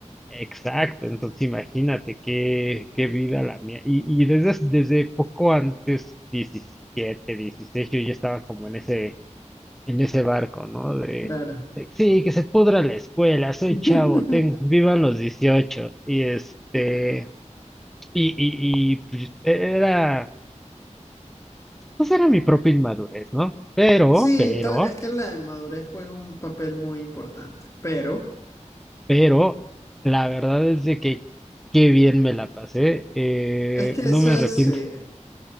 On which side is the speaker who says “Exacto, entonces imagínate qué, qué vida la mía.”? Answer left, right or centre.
Centre